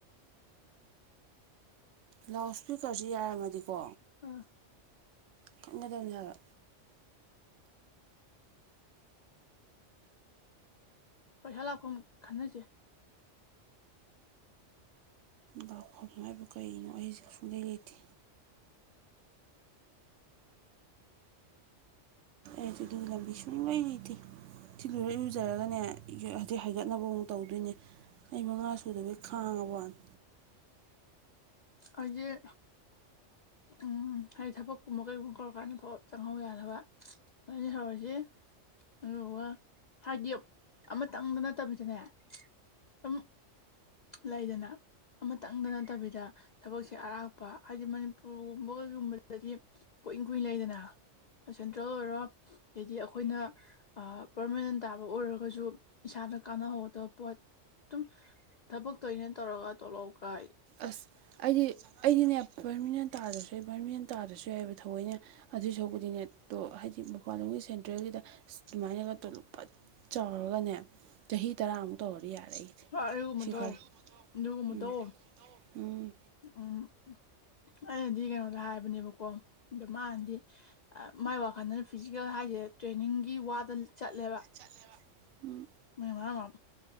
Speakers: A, on the right; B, on the left.
A: ꯂꯥꯎꯠ ꯏꯁꯄꯤꯀꯔꯁꯤ ꯌꯥꯔꯝꯃꯗꯤꯀꯣ
B: ꯑꯥ
A: ꯈꯪꯒꯗꯕꯅꯦ ꯍꯥꯏꯕ
B: ꯄꯩꯁꯥ ꯂꯥꯛꯐꯝ ꯈꯟꯅꯁꯦ
A: ꯕꯥꯛꯐꯝ ꯍꯥꯏꯕ ꯀꯩꯅꯣ ꯑꯩꯁꯦ ꯁꯨꯡꯗꯩ ꯂꯩꯇꯦ ꯑꯗꯤꯗꯨ ꯂꯝꯕꯤ ꯁꯨ ꯉꯏ ꯊꯤ ꯊꯤꯜꯂꯨꯔꯔꯨꯖꯔꯒꯅꯦ ꯍꯥꯏꯗꯤ ꯍꯥꯏꯒꯠꯅꯕ ꯑꯃꯨꯛ ꯇꯧꯗꯣꯏꯅꯦ ꯑꯩ ꯃꯉꯥ ꯁꯨꯗꯕꯩ ꯈꯥꯡꯉꯕꯅꯤ
B: ꯑꯩꯒꯤꯦ ꯎꯝ ꯍꯥꯏꯗꯤ ꯊꯕꯛꯀꯨꯝꯕ ꯀꯩꯒꯨꯝꯕ ꯀꯧꯔꯀꯥꯟꯗ ꯐꯥꯎ ꯆꯪꯍꯧ ꯌꯥꯗꯅꯕ ꯑꯗꯨꯩꯅ ꯍꯧꯧꯔꯁꯤ ꯑꯗꯨꯒ ꯍꯥꯏꯗꯤ ꯑꯃꯇꯪꯗ ꯅꯠꯇꯕꯤꯗꯅꯦ ꯁꯨꯝ ꯂꯩꯗꯅ ꯑꯃꯇꯪꯗ ꯅꯠꯇꯕꯤꯗ ꯊꯕꯛꯁꯦ ꯑꯔꯥꯛꯞꯄ ꯍꯥꯏꯗꯤ ꯃꯅꯤꯄꯨꯔꯒꯨꯝꯕ ꯀꯩꯒꯨꯝꯕꯗꯗꯤ ꯀꯨꯏꯅ ꯀꯨꯏ ꯂꯩꯗꯅ ꯁꯦꯟꯇ꯭ꯔꯦꯜ ꯑꯣꯏꯔꯣ ꯑꯗꯩꯗꯤ ꯑꯩꯈꯣꯏꯅ ꯄꯔꯃꯥꯅꯦꯟ ꯇꯥꯕ ꯑꯣꯏꯔꯒꯁꯨ ꯏꯁꯥꯗ ꯀꯥꯟꯅꯍꯧꯒꯗꯕ ꯄꯣꯠ ꯑꯗꯨꯝ ꯊꯕꯛꯇꯣꯩꯅ ꯇꯧꯔꯒ ꯇꯣꯂꯛ ꯀꯥꯏ
A: ꯑꯁ ꯑꯩꯗꯤ ꯑꯩꯗꯤꯅꯦ ꯄꯕꯔꯃꯤꯅꯦꯟ ꯇꯥꯗ꯭ꯔꯁꯨ ꯌꯥꯏ ꯄꯕꯔꯃꯤꯅꯦꯟ ꯇꯥꯗ꯭ꯔꯁꯨ ꯌꯥꯏꯑꯕ ꯊꯑꯣꯏꯅꯦ ꯑꯗꯨꯏ ꯁꯧꯕꯗꯤꯅꯦ ꯍꯥꯏꯗꯤ ꯃꯄꯥꯟꯂꯣꯝꯒꯤ ꯁꯦꯟꯇ꯭ꯔꯦꯜꯒꯤꯗ ꯑꯗꯨꯨꯃꯥꯏꯅꯒ ꯇꯣꯂꯣꯞꯄ ꯆꯥꯎꯔꯒꯅꯦ ꯆꯍꯤ ꯇꯔꯥꯃꯨꯛ ꯇꯧꯔꯗꯤ ꯌꯥꯔꯦ ꯑꯩꯗꯤ
B: ꯑꯗꯨꯒꯨꯝꯕꯗꯣ
A: ꯁꯤ ꯈꯜꯂꯤꯦ
B: ꯑꯗꯨꯒꯨꯝꯕꯗꯣ
A: ꯎꯝ ꯎꯝ
B: ꯎꯝ ꯑꯩ ꯁꯤꯗꯤ ꯀꯩꯅꯣꯗ ꯍꯥꯏꯕꯅꯦꯕꯀꯣ ꯑꯗ ꯃꯥꯥꯟꯗꯤ ꯃꯥꯏ ꯋꯥꯈꯜꯗꯅ ꯐꯤꯖꯤꯀꯦꯜ ꯍꯥꯏꯁꯦ ꯇ꯭ꯔꯦꯅꯤꯡꯒꯤ ꯋꯥꯗ ꯆꯠꯂꯦꯕ
A: ꯆꯠꯂꯦꯕ ꯎꯝ
B: ꯃꯣ